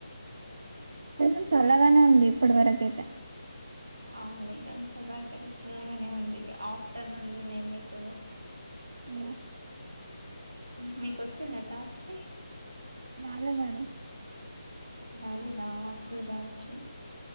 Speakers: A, on the right; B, on the right.
A: కొ చల్లగానే ఉంది ఇప్పటి వరకయితే
B: అవున ఏం ప పార్ అతే చిల్లగానే ఉంది అ ఆఫ్టర్నుూన్ నేమ్రైతుదు
A: ఏమో
B: మీకొచ్చిందా టాస్క్
A: రాలేదు మేడమ్
B: రాలేదా <unintelligible> రావచ్చు